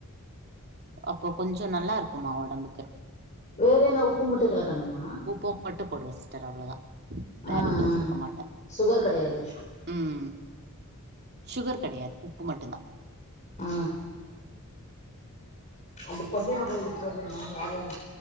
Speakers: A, on the right; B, on the left.
A: அப்போ கொஞ்சோ நல்லா இருக்குமா ஒடம்புக்கு
B: வேற என்ன உப்பு மட்டு கலக்கணுமா
A: உப்பு மட்டு போடுவே சிஸ்டர் அவ்ளோதா வேற
B: ஆஹ்ஹ்
A: எதுவு குடுக்க மாட்டே
B: சுகர் கெடயாது
A: ம் சுகர் கெடையாது உப்பு மட்டு தா
B: ஆ அந்த பொன்னியம்மா கோவிலுக்கு போனீங்களா <unintelligible>